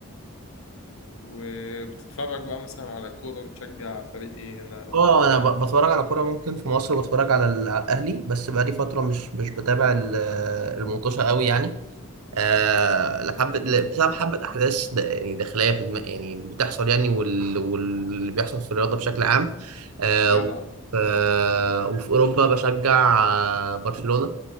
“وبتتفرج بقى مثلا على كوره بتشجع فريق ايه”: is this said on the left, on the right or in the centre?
Left